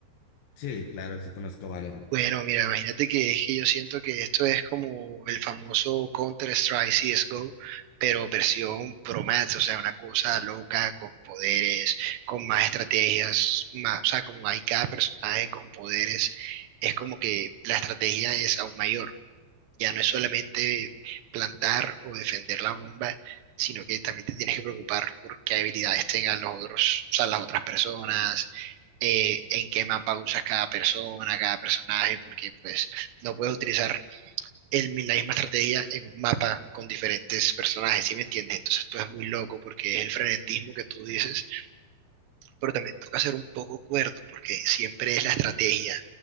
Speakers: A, on the left (about 65°); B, on the right (about 85°).
A: Sí, claro, sí conozco Valorant.
B: Bueno, mira, imagínate que es que yo siento que esto es como el famoso Counter-Strike CSGO, pero versión Pro Max, o sea, una cosa loca con poderes, con más estrategias, más, o sea, como hay cada personaje con poderes, es como que la estrategia es aún mayor. Ya no es solamente plantar o defender la bomba, sino que también te tienes que preocupar por qué habilidades tengan los otros, o sea, las otras personas, eh, en qué mapa usas cada persona, cada personaje, porque pues no puedes utilizar el, mi- la misma estrategia en un mapa con diferentes personajes, ¿sí me entiendes? Entonces tú es muy loco porque es el frenetismo que tú dices pero también toca ser un poco cuerdo, porque siempre es la estrategia.